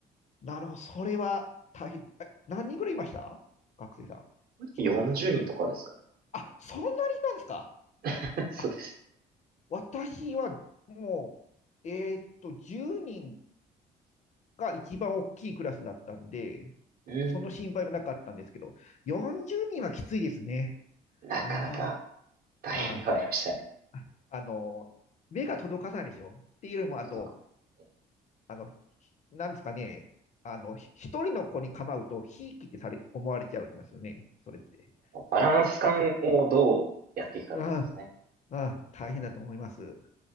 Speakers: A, on the left; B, on the right.
A: なるほど。それは大変。え何人ぐらいいました学生さん。一クラスっていう。
B: 40人とかですかね。
A: あ、そんなにいたんですか
B: <laughs> そうです。
A: あ、私はもう、えー、っと、10人が一番大きいクラスだったんで、
B: うん。
A: その心配もなかったんですけど、40人はきついですね。
B: なかなか。
A: あ
B: 大変ではありましたね。
A: あ、ああ、の、目が届かないでしょ。っていうよりも、あと、
B: 届かない。
A: あの、なんですかね、あの、ひ一人の子に構うと、ひいきってされ、思われちゃいますよね。それって。
B: バランス感をどうやっていくかってことですね。
A: ああ、ああ、大変だと思います。